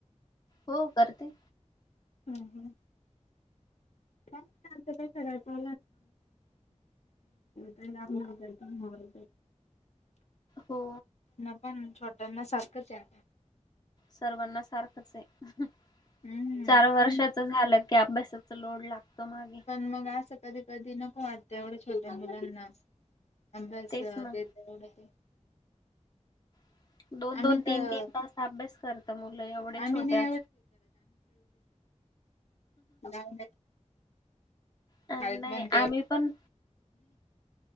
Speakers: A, on the left; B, on the left.
A: हो करते.
B: हम! ह. काय आ काय सगळयच. तर लहान देतात मोबाईल
A: हो.
B: ना पण छोट्यांना सारखंच यात.
A: सर्वांना सारखंच आहे.
B: हम्म
A: चार वर्षाच
B: पण मग
A: झालं की अभ्यासाच लोड लागतं मागे.
B: पण मग असं कधी कधी नको वाटत एवढं छोट्या मुलांना अभ्यास.
A: तेच ना.
B: ड ते.
A: <inaudible> दोन
B: आम्ही
A: -दोन, तीन-
B: तर
A: तीन तास अभ्यास करत मुलं एवढ्या
B: आम्ही
A: छोट्या
B: नाही गावाला जायच.
A: अ,
B: खत
A: नाही
B: बनते.
A: आम्ही पण